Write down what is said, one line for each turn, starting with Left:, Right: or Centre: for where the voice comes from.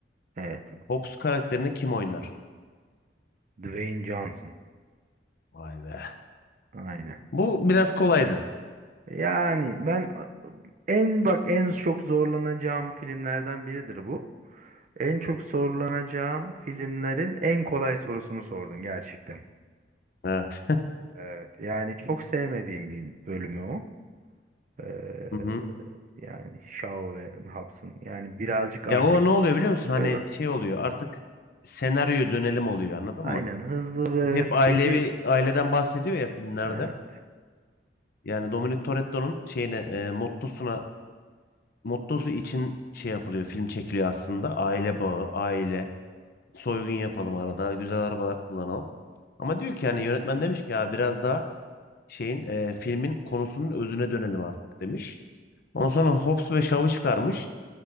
Right: Evet.
Left: Hobbs karakterini kim oynar?
Right: Dwayne Johnson.
Left: Vay be.
Right: Aynen.
Left: Bu biraz kolaydı.
Right: Yani ben en bak en çok zorlanacağım filmlerden biridir bu. En çok zorlanacağım filmlerin en kolay sorusunu sordun gerçekten.
Left: Evet.
Right: Evet. Yani çok sevmediğim bir bölümü o. Ee,
Left: Hı hı.
Right: yani Shaw ve Hobbs'ın. Yani birazcık artık
Left: Ya o ne oluyor biliyor musun? Hani
Right: e,
Left: şey oluyor artık senaryoya dönelim oluyor anladın
Right: aynen
Left: mı?
Right: hızlı
Left: Çünkü
Right: ve
Left: hep
Right: öfkeli.
Left: ailevi aileden bahsediyor ya filmlerde.
Right: Evet.
Left: Yani Dominic Toretto'nun şeyine e, mottosuna mottosu için şey yapılıyor film çekiliyor aslında. Aile bağı, aile, soygun yapalım arada, güzel arabalar kullanalım. Ama diyor ki yani yönetmen demiş ki ya biraz daha şeyin e, filmin konusunun özüne dönelim artık demiş. Ondan sonra Hobbs ve Shaw'ı çıkarmış.